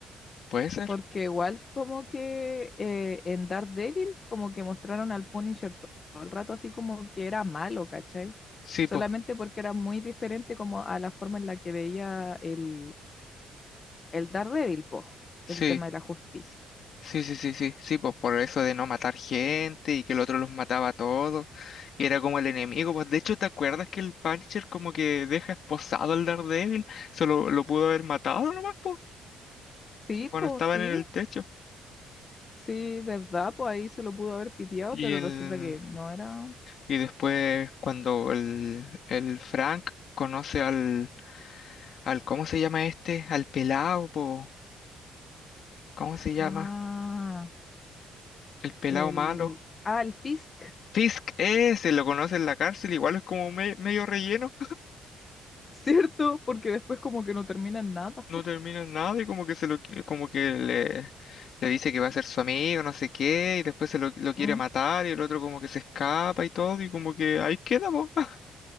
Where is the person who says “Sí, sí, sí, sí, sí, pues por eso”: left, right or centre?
Left